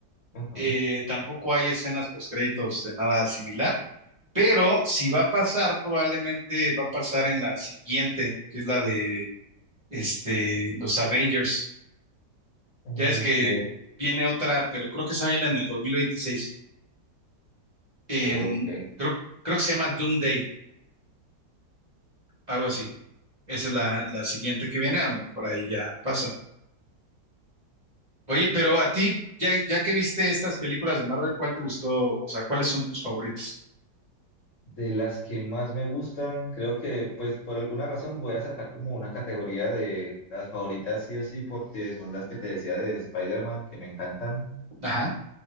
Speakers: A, on the left; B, on the right.
A: Ajá.
B: eh, tampoco hay escenas postcréditos de nada similar, pero si va a pasar, probablemente va a pasar en la siguiente, que es la de este, los Avengers.
A: Ok,
B: Ya es que viene otra, pero creo que esa viene en el 2026. Em,
A: ok.
B: creo, creo que se llama Doomsday, algo así. Esa es la, la siguiente que viene, a lo mejor ahí ya pasa. Oye, pero a ti, ya, ya que viste estas películas de Marvel, ¿cuál te gustó? O sea, ¿cuáles son tus favoritas?
A: De las que más me gustan, creo que pues por alguna razón voy a sacar como una categoría de las favoritas sí o sí, porque son las que te decía de Spider-Man, que me encantan.
B: Ajá,